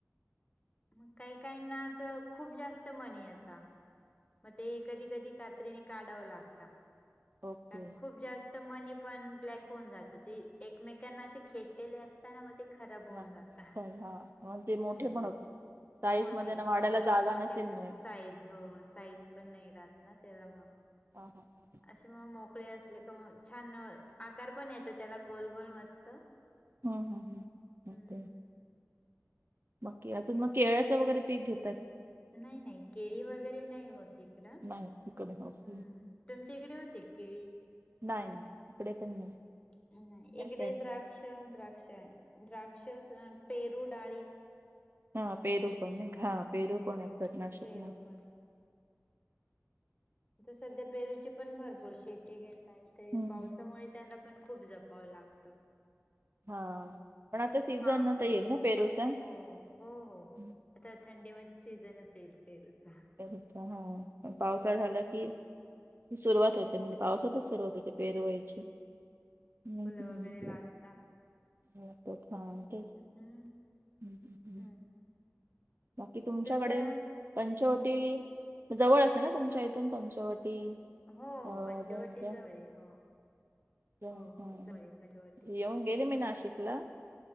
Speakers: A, on the left (about 25°); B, on the right (about 50°).
A: मग काही काहीना असं खूप जास्त मनी येता. म ते कधी कधी कात्रीने काढाव लागता.
B: ओके
A: कारण खूप जास् मनी पण ब्लॅक होऊन जातं ते एकमेकांना असे खेटलेले असताना ते खराब होऊन
B: हा
A: जाता.
B: हो, हा मग ते मोठे
A: हम्म,
B: पण होते साईज
A: मोठे
B: मध्ये ना वाढायला
A: हो
B: जागा
A: मोठे
B: नसेल
A: पण
B: मिळत
A: साईज हो साईज पण नाही राहत ना त्याला मग
B: अ ह ह ह,
A: असे मग मोकळे असले का मग छान आकार पण येतो त्याला गोल गोल मस्त
B: ह ह ह,
A: हम्म
B: ओके. बाकी अजून मग केळ्याच वगैरे पीक घेत
A: नाही नाही, केळी वगैरे नाही होत इकडं.
B: नाही इकडे ओके.
A: हम्म तुमच्या इकडे होते केळी?
B: नाही इकडे पण नाही.
A: ह,
B: या
A: इकडे
B: साईड
A: द्राक्ष द्राक्ष आहे. द्राक्ष <unintelligible> पेरू, डाळींब
B: हा पेरू पण नाही खा, हा पेरू
A: हो
B: पण असतात नाशिक
A: पेरू
B: ला.
A: पण संध्या पेरूची पण भरपूर शेती घेताये. ते
B: हम्म
A: पावसामुळे त्याला पण खूप जपावं लागतं.
B: हा पण आता
A: ते
B: सीझन
A: फार्म
B: आता
A: वेत.
B: येईल ना पेरूचा?
A: हो. हो हो.
B: हम्म.
A: आता थंडी मध्ये सीझनच येईल पेरूचा.
B: पेरुचा हा प पावसाळा झाला की, सुरुवात
A: हम्म
B: होते, म्हणजे पावसातच सुरुवात होते पेरू व्हायची. हम्
A: फुलं
B: हम्,
A: वगैरे
B: <unintelligible>
A: लागता
B: तेच
A: <unintelligible>
B: ह हं हं,
A: हम्म
B: बाकी तुमच्याकडे
A: तुमच्या
B: पंचवटी जवळ असेर ना तुमच्या इथून पंचवटी.
A: हो
B: दोनच्या
A: पंचवटी जवळ हो
B: दोन
A: हो
B: हजार दोन- हा
A: जवळ पंचवटी.
B: येऊन गेले मी नाशिकला,